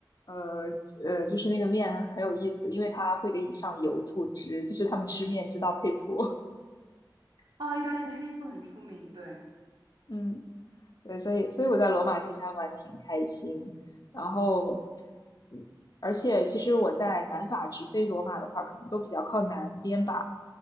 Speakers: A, on the left (about 55°); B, on the right (about 85°).
A: 呃呃，就是那个面很有意思，因为他会给你上油醋汁，就是他们吃面知道配醋。
B: 哦，意大利的黑醋很出名，对。
A: <laughs> 嗯。对，所以所以我在罗马其实还玩挺开心。然后，嗯，而且其实我在南法直飞罗马的话，可能都比较靠南边吧。